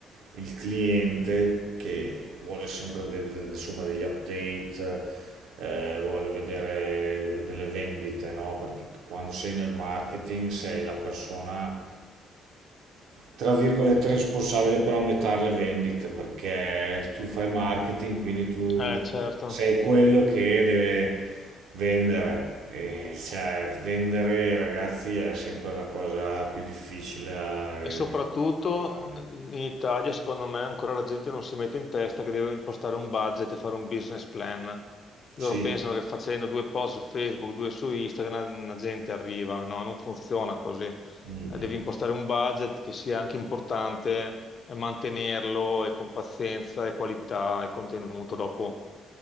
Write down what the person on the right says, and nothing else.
il cliente che vuole sempre de- de- insomma, degli update, eh, vuole vedere delle vendite, no? Perché quando sei nel marketing sei la persona, tra virgolette, responsabile per aumentare le vendite, perché tu fai marketing, quindi tu
sei quello che deve vendere. E, cioè, vendere, ragazzi, è sempre la cosa più difficile da-
da-
Sì,
Mm, mm.